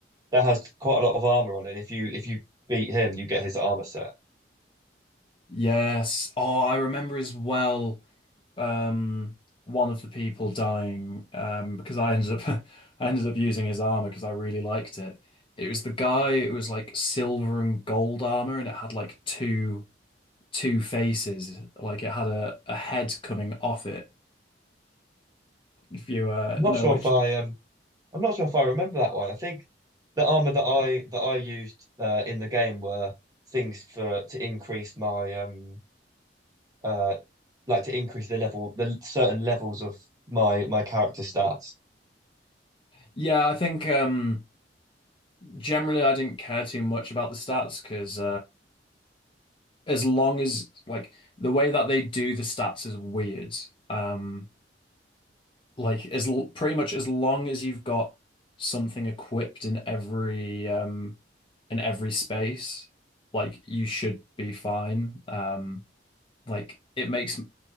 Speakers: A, on the right (about 20°); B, on the left (about 30°).
A: that has quite a lot of armor on it. If you if you beat him, you get his armor set.
B: Yes. Oh, I remember as well um one of the people dying um because I ended up <laughs> I ended up using his armor because I really liked it. It was the guy it was like silver and gold armor and it had like two two faces like it had a a head coming off it if you uh
A: I'm
B: know
A: not sure
B: which.
A: if I um I'm not sure if I remember that one. I think the armor that I that I used uh, in the game were things for to increase my um uh like to increase the level the certain levels of my my character stats.
B: Yeah, I think um generally I didn't care too much about the stats because as long as like the way that they do the stats is weird. Um, like as l pretty much as long as you've got something equipped in every um in every space, like you should be fine. Um, like it makes